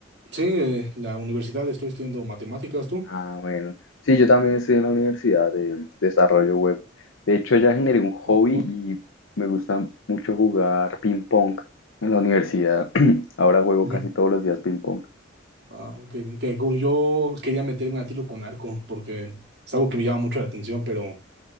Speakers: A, on the right (about 55°); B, on the left (about 80°).
A: Sí, eh, la universidad estoy estudiando matemáticas, ¿tú?
B: Ah, bueno. Sí, yo también estoy en la universidad de desarrollo web. De hecho, ya generé un hobby
A: Ah, bueno.
B: y me gusta mucho jugar ping pong en la universidad. <clears throat> Ahora juego
A: Ujú.
B: casi todos los días ping pong.
A: Ah, ok, ok, cool. Yo quería meterme a tiro con arco porque es algo que me llama mucho la atención, pero